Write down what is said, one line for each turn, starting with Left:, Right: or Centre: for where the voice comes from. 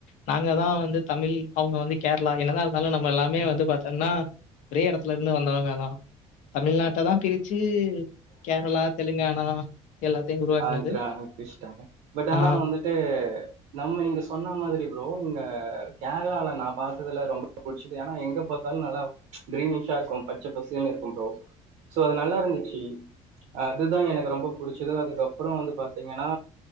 Left: நாங்க தா வந்து தமிழ் அவுங்க வந்து கேர்ளா என்னதா இருந்தாலு நம்ம எல்லாமே வந்து பாத்தம்னா ஒரே எடத்துலருந்து வந்தவங்கதா தமிழ்நாட்டதா பிரிச்சி கேரளா தெலுங்கானா எல்லாத்தையும் உருவாக்குனது.
Right: ஆந்த்ரா <unintelligible> பட்
Left: ஆ
Right: ஆனா வந்துட்டு நம்ம நீங்க சொன்னா மாதிரி ப்ரோ இங்க கேரளால நா பாத்ததுல ரொம்ப புடிச்சது ஏனா எங்க பாத்தாலு நல்லா க்ரீனிஷா இருக்கு பச்ச பசேல்னு இருக்கும் ப்ரோ சோ அது நல்லா இருந்துச்சி அதுதா எனக்கு ரொம்ப புடிச்சது அது கப்றோ வந்து பாத்தீங்கன்னா